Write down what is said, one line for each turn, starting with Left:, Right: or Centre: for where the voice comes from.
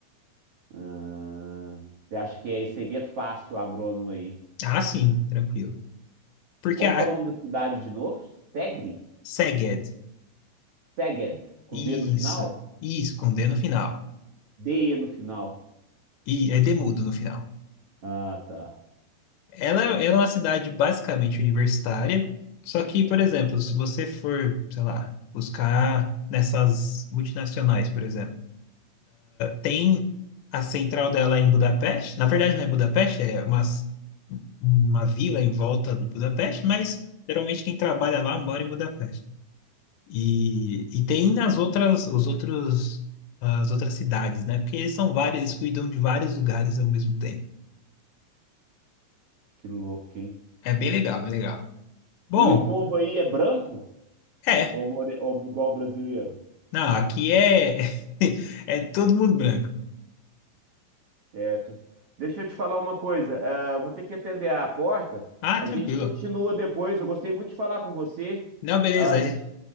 Right: Ah, você acha que aí seria fácil o agrônomo aí?
Left: Ah, sim, tranquilo. Porque
Right: Como
Left: a
Right: que é o nome da cidade de novo? Segre?
Left: Szeged,
Right: Seged, com
Left: isso,
Right: D no final?
Left: isso, com D no final.
Right: DE no final.
Left: E é demudo no final.
Right: Ah, tá.
Left: Ela, ela é uma cidade basicamente universitária, só que, por exemplo, se você for, sei lá, buscar nessas multinacionais, por exemplo, tem a central dela em Budapeste. Na verdade, não é Budapeste, é uma, uma vila em volta de Budapeste, mas geralmente quem trabalha lá mora em Budapeste. E, e tem nas outras, os outros, as outras cidades, né? Porque eles são vários, eles cuidam de vários lugares ao mesmo tempo.
Right: Que louco, hein?
Left: É bem legal, bem legal. Bom,
Right: E o povo aí é branco?
Left: é.
Right: Ou, more... ou igual o brasileiro?
Left: Não, aqui é, <laughs> é todo mundo branco.
Right: Certo. Deixa eu te falar uma coisa. eh, eu vou ter que atender a porta.
Left: Ah,
Right: A
Left: tranquilo.
Right: gente continua depois. Eu gostei muito de falar com você.
Left: Não, beleza.
Right: Ah, a
Left: aí
Right: gente...